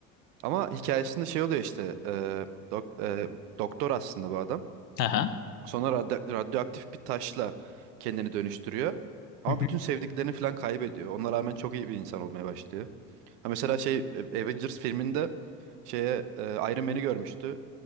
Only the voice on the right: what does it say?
Ama hikayesinde şey oluyor işte e, dok- e, doktor aslında bu adam.
Sonra radyo- radyoaktif bir taşla kendini dönüştürüyor. Ama
bütün sevdiklerini falan kaybediyor. Ona rağmen çok iyi bir insan olmaya başlıyor. Ha mesela şey e, Avengers filminde şeye e, Iron Man'i görmüştü